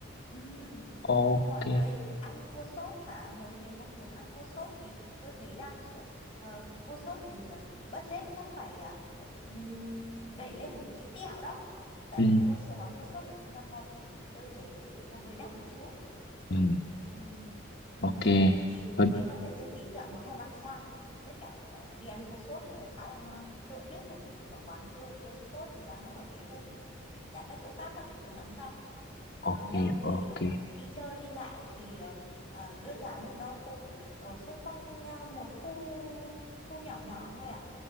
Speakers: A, on the left; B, on the left.
A: <laughs>
B: ok
A: Mọi người ăn cua sốt hả? Muốn nếu mà muốn ăn cua sốt thì tôi thấy đang kh- ờ, cua sốt thì ờ, budget chắc phải ờ, ừm, đẩy lên một tí tẹo đó. Tại
B: ừ,
A: vì cua sốt món cua sốt ở Singapore thì tôi thấy tự thấy là hơi đắt một chút.
B: ừ,
A: Ừm, ừm.
B: ok
A: Thì
B: Ừ,
A: nếu mà đẩy lên tí tẹo một hôm ăn sang đi thì tất cả ờ, đi ăn cua sốt cũng khá là ngon. Tôi cũng biết một cái cái quán cua cua sốt giá nó hợp lý hơn giá các chỗ khác á, để tôi nhắn cho. Còn
B: ok
A: đâu thì
B: ok
A: ờ, đi chơi đi lại thì ờ, ờ, đơn giản thôi nó cũng ở xung quanh ờ, một khu khu nhỏ nhỏ thôi à